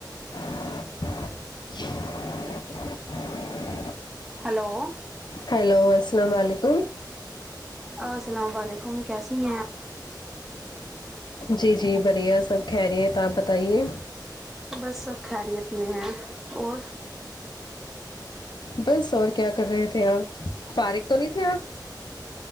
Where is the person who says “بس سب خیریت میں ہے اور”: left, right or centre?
Centre